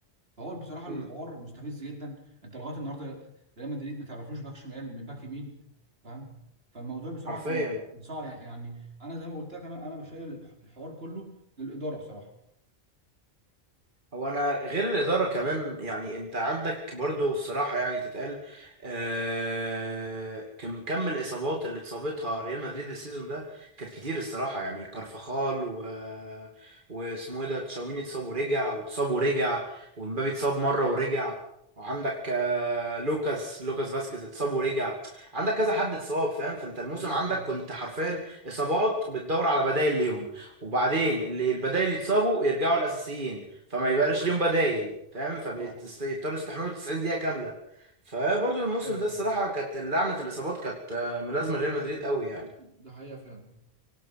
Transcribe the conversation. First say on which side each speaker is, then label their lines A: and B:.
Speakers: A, on the right (about 70°); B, on the right (about 50°).
A: فهو بصراحه الحوار
B: امم
A: مستفز جدا انت لغايه النهارده ريال مدريد ما تعرفلوش باك شمال من باك يمين فاهم فالموضوع بصراحه
B: حرفيا
A: كان كان صعب يعني يعني انا زي ما قلت لك انا انا بشايل الح- الحوار كله للاداره بصراحه
B: هو انا غير الاداره كمان يعني انت عندك برضو الصراحه يعني تتقال آه كم كم الاصابات اللي اتصابتها ريال مدريد السيزون ده كانت كتير الصراحه يعني كارفخال و واسمه ايه ده تشاوميني اتصاب ورجع واتصاب ورجع ومبابي اتصاب مره ورجع وعندك آه لوكاس لوكاس فاسكيز اتصاب ورجع عندك كذا حد اتصاب فاهم فانت
A: ده
B: الموسم
A: حقيقة
B: عندك
A: فعلا
B: كنت حرفيا اصابات وبتدور على بدائل ليهم وبعدين اللي البدائل يتصابوا يرجعوا الاساسيين فما
A: أيوه
B: يبقاش ليهم بدايل فاهم فبيضطروا
A: صح
B: يستحملوا 90 دقيقة كاملة فبرضه الموسم
A: أيوه
B: ده الصراحة كانت لعنة الإصابات كانت آه، ملازمة ريال مدريد قوي يعني
A: ده حقيقة فعلا